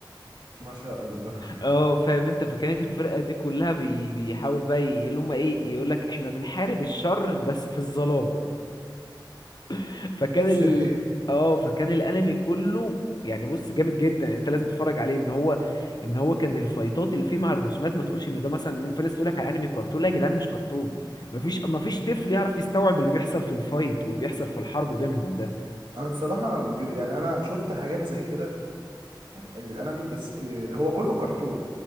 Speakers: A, on the right; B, on the left.
A: ما شاء الله
B: اه فاهم انت فكانت الفرقة دي كلها بي... بيحاول بقى ي- اللي هم ايه يقولك احنا بنحارب الشر بس في الظلام <laughs>
A: <laughs>
B: فكان
A: ازاي
B: ال اه فكان الانمي كله يعني بص جامد جدا انت لازم تتفرج عليه ان هو ان هو كان الفايتات اللي فيه مع الرسومات ما تقولش ان ده مثلا في ناس تقولك على انمي كرتون لا يا جدعان مش كرتون مفيش مفيش طفل يعرف يستوعب اللي بيحصل في الفايت واللي بيحصل في الحرب بينهم ده
A: انا بصراحة انا ب- يعني انا شفت حاجات زي كده الانمي بس آه، هو كله كرتون